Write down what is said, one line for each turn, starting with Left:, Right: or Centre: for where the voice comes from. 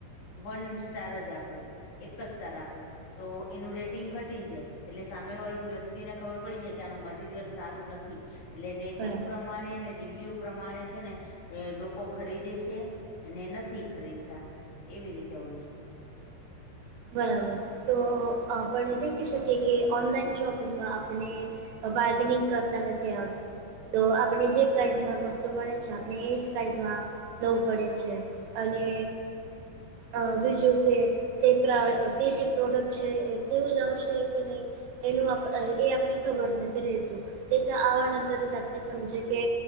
Left: વન સ્ટાર જ આપું એક જ સ્ટાર આપું. તો એનું રેટિંગ ઘટી જાય. એટલે સામે વાળુ વ્યક્તિને ખબર પડી જાય કે આનું મટીરિયલ સારું ન થી એટલે રેટિંગ
Right: બરાબર
Left: પ્રમાણેને રિવ્યુ પ્રમાણે છે ને લોકો ખરીદે છે. ને નથી ખરીદતા એવી રીતે હોય છે.
Right: બરાબર તો આપણે દેખી શકીએ કે ઓનલાઈન શોપિંગમાં આપણે બાર્ગેનિંગ કરતા નથી આવતી તો આપણે જે પ્રાઇઝમાં વસ્તુ મળે છે, આપને એ જ પ્રાઇઝમાં દવું પડે છે અને અ બીજું કે તે પ્ર તે જે પ્રોડક્ટ છે એ તેવું જ આવશે કે નહીં એનું એ આપણે ખબર નથી રહેતું તે તો આવા અંતર જ આપણે સમજે કે,